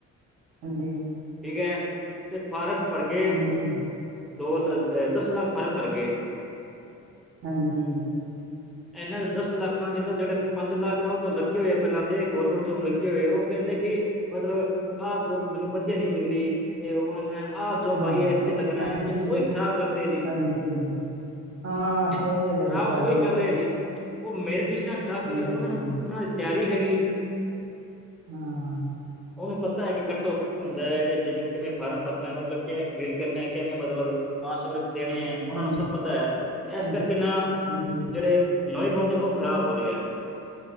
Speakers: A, on the right; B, in the centre.
A: ਹਾਂਜੀ
B: ਠੀਕ ਹੈ ਤੇ ਫਾਰਮ ਭਰ ਗੇ।
A: ਹਾਂਜੀ,
B: ਦੋ ਲ ਦਸ ਲੱਖ ਫਾਰਮ ਭਰ ਗਏ।
A: ਹਾਂਜੀ
B: <inaudible> ਇਹਨਾਂ ਦਸ ਲੱਖਾਂ 'ਚ ਤਾਂ ਜਿਹੜੇ ਪੰਜ ਲੱਖ ਹੈ ਉਹ ਤਾਂ ਲੱਗੇ ਹੋਏ ਆ ਪਹਿਲਾਂ ਦੇ ਗੌਰਮੈਂਟ ਜੋਬ ਲੱਗੀ ਹੋਏ ਉਹ ਕਹਿੰਦੇ ਕਿ ਮਤਲਬ ਆਹ ਜੋਬ ਮੈਨੂੰ ਵਧੀਆ ਨਹੀਂ ਮਿਲੀ ਤੇ ਹੁਣ ਮੈਂ ਆਹ ਜੋਬ
A: ਹਾਂ,
B: ਆਈ ਏ। ਲੱਗਣਾ
A: ਹਾਂਜੀ,
B: ਹੈ 'ਚ ਉਹੀ ਖ਼ਰਾਬ ਕਰਦੇ ਆ ਜੀ।
A: ਹਾਂਜੀ, ਹਾਂਜੀ। ਹਾਂ,
B: ਖ਼ਰਾਬ
A: ਸਹੀ ਗੱਲ ਹੈ ਜੀ ਤੁਹਾਡੀ,
B: ਤਾਂ ਉਹੀ ਕਰ ਰਿਹਾ ਜੀ ਉਹ ਮੈਰਿਟ ਲਿਸਟਾਂ ਖ਼ਰਾਬ
A: ਹਾਂਜੀ,
B: ਕਰੀ ਉਹਨਾਂ
A: ਹਾਂਜੀ,
B: ਨੂੰ ਉਹਨਾਂ ਦੀ ਤਿਆਰੀ ਹੈਗੀ।
A: ਹਾਂ
B: ਉਹਨੂੰ ਪਤਾ ਹੈ ਕਿ ਘੱਟੋ ਕੀ ਹੁੰਦਾ ਹੈ ਕਿ ਜਿਵੇਂ ਕਿਵੇਂ ਫਾਰਮ ਭਰਨਾ ਮਤਲਬ ਕਿਵੇਂ ਫੀਲ ਕਰਨੇ ਕਿਵੇਂ ਮਤਲਬ ਆਸ ਦੇਣੇ ਹੈ ਉਹਨਾਂ
A: ਹਾਂਜੀ।
B: ਨੂੰ ਸਭ ਪਤਾ ਹੈ ਤੇ ਇਸ
A: ਹਾਂਜੀ,
B: ਕਰਕੇ ਨਾ
A: ਹਾਂਜੀ,
B: ਜਿਹੜੇ ਨੋਵੇਂ ਬੰਦੇ ਉਹ ਖਰਾਬ ਹੋ ਰਹੇ ਹੈ।